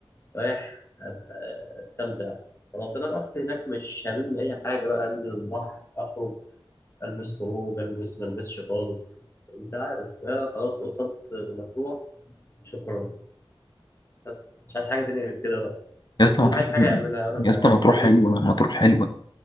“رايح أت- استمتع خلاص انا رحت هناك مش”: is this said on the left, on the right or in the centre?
Left